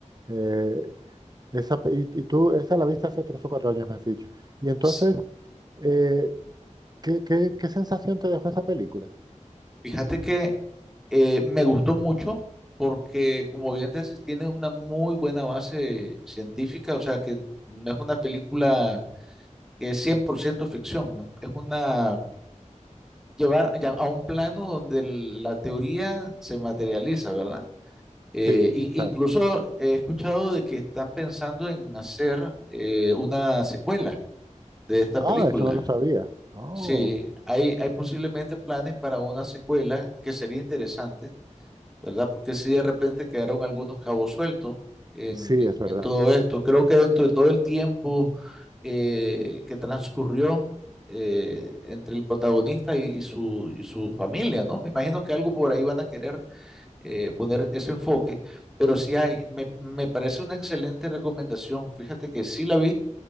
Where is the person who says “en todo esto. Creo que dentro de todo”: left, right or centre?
Centre